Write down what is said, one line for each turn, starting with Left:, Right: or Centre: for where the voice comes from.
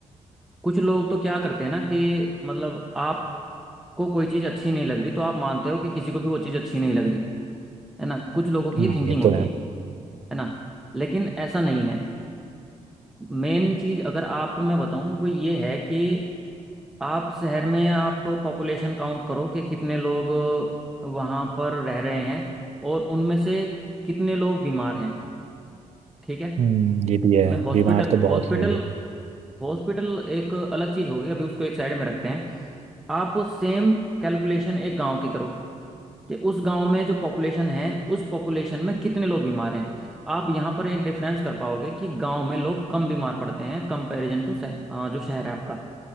Centre: कुछ लोग तो क्या करते हैं ना कि मतलब आपको कोई चीज अच्छी नहीं लग रही तो आप मानते हो कि किसी को भी वो चीज अच्छी नहीं लग रही है ना कुछ लोगों की
Right: हाँ
Centre: ये थिंकिंग
Right: ये तो
Centre: होती
Right: है
Centre: है है ना लेकिन ऐसा नहीं है मेन चीज अगर आपको मैं बताऊं वो ये है कि आप शहर में आप पॉपुलेशन काउंट करो कि कितने लोग वहां पर रह रहे हैं और उनमें से कितने लोग बीमार हैं ठीक है
Right: हम्म ये भी है
Centre: मैं हॉस्पिटल
Right: बीमार तो
Centre: हॉस्पिटल
Right: बहुत लोग हैं
Centre: हॉस्पिटल एक अलग चीज हो गई अभी उसको एक साइड में रखते हैं आप सेम कैलकुलेशन एक गांव की करो कि उस गांव में जो पॉपुलेशन है उस पॉपुलेशन में कितने लोग बीमार हैं आप यहाँ पर एक डिफरेंस कर पाओगे कि गांव में लोग कम बीमार पड़ते हैं कंपैरिजन टू शह, अ, जो शहर है आपका